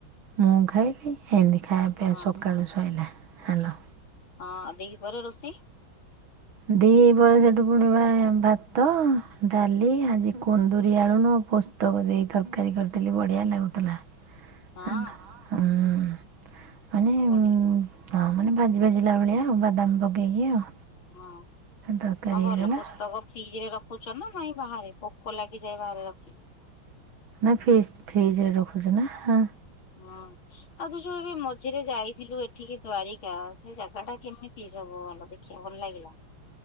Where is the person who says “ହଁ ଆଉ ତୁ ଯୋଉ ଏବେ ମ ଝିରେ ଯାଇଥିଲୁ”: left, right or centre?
Left